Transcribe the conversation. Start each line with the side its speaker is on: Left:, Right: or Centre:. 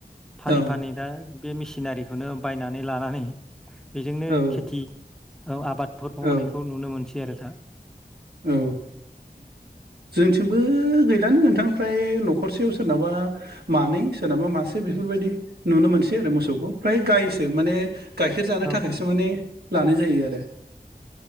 Centre: फानै
Right: औ
Centre: फानै दा बे मेसिनारिखौनो बायनानै लानानै बेजोंनो
Right: औ
Centre: खेथि आबाद फोर बावनायखौ
Right: औ
Centre: नुनो मोनसै आरो दा
Right: औ जोंथिंबो गैलानो होन ओमफ्राय नखरसेयाव सोरनाबा मानै सोरनाबा मासे बेफोरबायदि नुनो मोनसै आरो मोसौखौ फ्राय गायसो माने गाइखेर जानो
Centre: औ
Right: थाखायसो माने लानाय जायो आरो